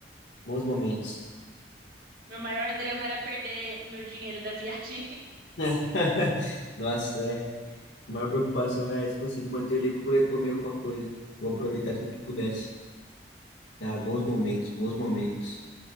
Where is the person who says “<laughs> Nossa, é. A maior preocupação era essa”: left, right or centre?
Left